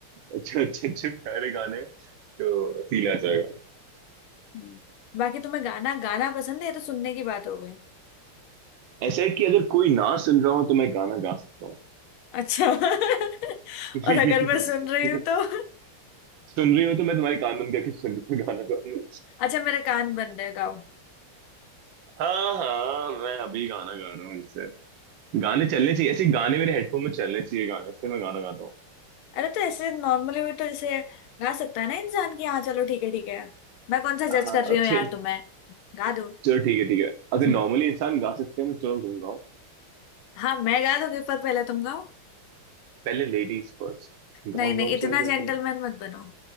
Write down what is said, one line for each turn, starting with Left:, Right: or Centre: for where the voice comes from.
Right: अच्छे अच्छे अच्छे प्यारे गाने तो फील आ जाएगा
Left: हम्म। बाकी तुम्हें गाना गाना पसंद है ये तो सुनने की बात हो गई
Right: ऐसा है कि अगर कोई ना सुन रहा हो तो मैं गाना गा सकता हूँ
Left: अच्छा <laughs>
Right: <laughs>
Left: और अगर मैं सुन रही हूँ तो
Right: सुन रही हो तो मैं तुम्हारी कान बंद करके सुन रही हूँ गाना गाऊंगा
Left: अच्छा मेरे कान बंद है गाओ
Right: हाँ हाँ मैं अभी गाना गा रहा हूँ इससे गाने चलने चाहिए ऐसे गाने मेरे हेडफोन में चलने चाहिए गाने फिर मैं गाना गाता हूँ
Left: अरे तो ऐसे नॉर्मली भी तो जैसे गा सकता है ना इंसान की हाँ चलो ठीक है ठीक है मैं कौन सा
Right: हाँ
Left: जज कर रही
Right: अच्छे
Left: हूँ यार तुम्हें गा दो
Right: चलो ठीक है ठीक है अगर
Left: हम्म
Right: नॉर्मली इंसान गा सकते हैं तो चलो तुम गाओ
Left: हाँ मैं गा दूंगी पर पहले तुम गाओ
Right: पहले लेडीज फर्स्ट
Left: नहीं
Right: गाओ
Left: नहीं
Right: गाओ
Left: इतना
Right: चलो
Left: जेंटलमैन
Right: चलो
Left: मत बनो